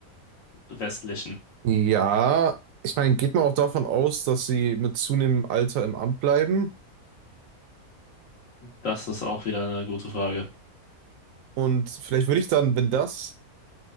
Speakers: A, on the left; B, on the right.
A: westlichen.
B: Ja, ich meine, geht man auch davon aus, dass sie mit zunehmendem Alter im Amt bleiben?
A: Das ist auch wieder eine gute Frage.
B: Und vielleicht würde ich dann, wenn das